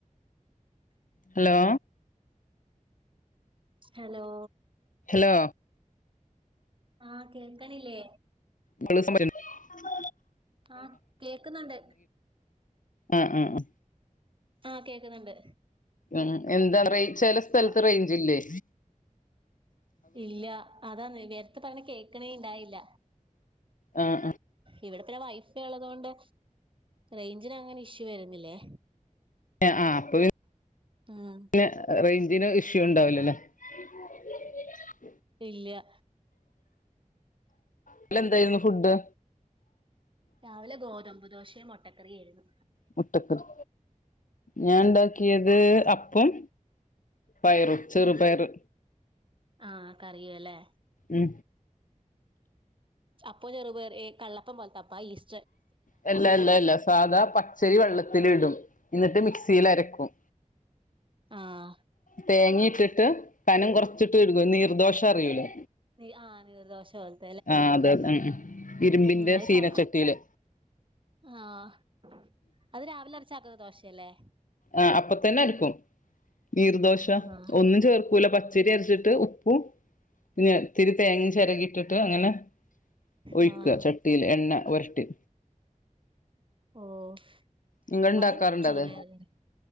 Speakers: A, on the left; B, on the right.
A: ഹലോ
B: ഹലോ
A: ഹലോ.
B: ആഹ് കേക്കണില്ലേ
A: മള്സ <unintelligible>
B: ആഹ് കേക്കുന്നുണ്ട്..
A: ആഹ് ആഹ് ആഹ്
B: ആഹ് കേക്കുന്നുണ്ട്.
A: ഉം എന്താ റ ചെല സ്ഥലത്ത്
B: ആഹ്
A: റെയ്ഞ്ച്ല്ലേ
B: ഇല്ല അതാന്ന് നേര്ത്തെ പറണത് കേക്ണെ ഇണ്ടായില്ല
A: ആഹ്
B: ഇവിടെ തര വൈഫൈ ഉള്ളതോണ്ട് റൈഞ്ചിനങ്ങനെ ഇഷ്യൂ വരുന്നില്ലേ.
A: ആ അപ്പ പി
B: ആഹ്
A: റേഞ്ചിന് ഇഷ്യൂ ഉണ്ടാവിലല്ലേ <inaudible>
B: ഇല്ല്യ
A: ന്നലെ ന്തെയിന്നു ഫുഡ്
B: രാവിലെ ഗോതമ്പ് ദോഷെ മൊ ട്ടക്കറിയെരുന്നു
A: മുട്ടക്കറി ഞാൻ ണ്ടാക്കിയത് അപ്പോം പയറും ചെറുപയറ്
B: ആഹ് കറിയൂല്ലേ
A: ഉം
B: അപ്പൊ ചെറുപയർഏ കള്ളപ്പം പോലത്തെപ്പാ ഈസ്
A: യെല്ല യെല്ല യെല്ല സാധാ പച്ചരി വെള്ളത്തില് ഇടും ഇന്നട്ട് മിക്സിയിൽ
B: ഉം
A: അരക്കും
B: ആഹ്
A: തേങ്ങിയിട്ടിട്ട് കനം കൊറച്ചിട്ട്ഇട്ട് നിർദോഷ അറിയൂലേ
B: നി ആഹ് നീർദോശ മതി.
A: ആഹ് അതതെ ഉം ഇരുമ്പിന്റെ
B: ഉം അത്
A: സീനച്ചട്ടീല്.
B: ക ആഹ് അത് രാവിലെ അരച്ച് ആക്കണ ദോശയല്ലേ?
A: ആഹ് അപ്പ തന്നെ അരക്കും. നീർദോശ
B: ആഹ്
A: ഒന്നും ചേർക്കൂല. പ ചിരി അരച്ചിട്ട് ഉപ്പും പിന്നെ ഇത്തിരി തേങ്ങീ ചെരകി ഇട്ടിട്ട് അങ്ങനെ ഒഴിക്ക
B: ആഹ്
A: ചട്ടീല് എണ്ണ ഒരട്ടി.
B: ഓഹ്
A: നിങ്ങൾ ഉണ്ടാക്കാറുണ്ടോ
B: അതും ചെറുപയറ്
A: അത്
B: കറീം.